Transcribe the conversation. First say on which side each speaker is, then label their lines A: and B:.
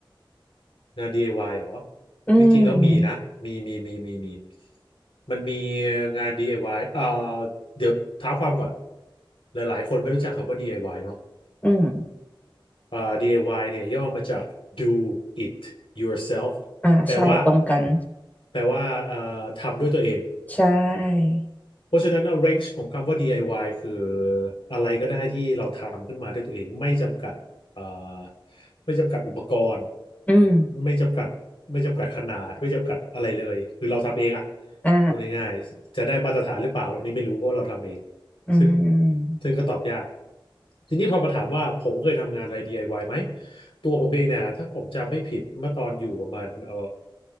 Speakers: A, on the left; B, on the left.
A: งาน DIY เหรอ
B: อืม
A: จริงๆแล้วมีนะมีมีมีมีมีมันมีงาน DIY เอ่อเดี๋ยวเท้าความก่อนหลายๆคนไม่รู้จักคำว่า DIY เนอะ
B: อืม
A: อ่า DIY เนี่ยย่อมาจาก do it yourself
B: อ่าใช่ตรงกัน
A: แปลว่าแปลว่าเอ่อทำด้วยตัวเอง
B: ใช่
A: เพราะฉะนั้นเรนจ์ของคำว่า DIY คืออะไรก็ได้ที่เราทำขึ้นมาด้วยตัวเองไม่จำกัดเอ่อไม่จำกัดอุปกรณ์
B: อืม
A: ไม่จำกัดไม่จำกัดขนาดไม่จำกัดอะไรเลยคือเราทำเองอ่ะ
B: อ่า
A: พูดง่ายๆจะได้มาตรฐานหรือเปล่าอันนี้ไม่รู้เพราะว่าเราทำเอง
B: อืม
A: ซึ่งซึ่งก็ตอบยากทีนี้พอมาถามว่าผมเคยทำงานอะไร DIY ไอวายไหมตัวผมเองเนี่ยถ้าผมจำไม่ผิดเมื่อตอนอยู่ประมาณเอ่อ